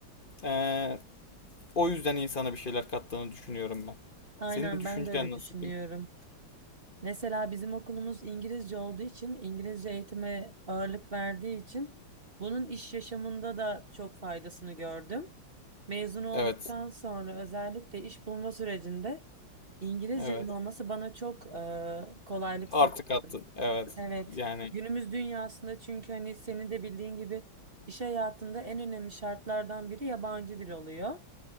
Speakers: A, on the left (about 25°); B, on the right (about 30°).
A: eee, o yüzden insana bir şeyler kattığını düşünüyorum ben.
B: Aynen
A: Senin düşüncen
B: ben de öyle
A: nasıl?
B: düşünüyorum. Mesela bizim okulumuz İngilizce olduğu için, İngilizce eğitime ağırlık verdiği için bunun iş yaşamında da çok faydasını gördüm. Mezun olduktan
A: Evet.
B: sonra özellikle iş bulma sürecinde İngilizcemin
A: Evet.
B: olması bana çok e, kolaylık
A: Artık
B: sağladı.
A: attı. Evet.
B: Evet,
A: Yani
B: günümüz dünyasında çünkü hani senin de bildiğin gibi iş hayatında en önemli şartlardan biri yabancı dil oluyor.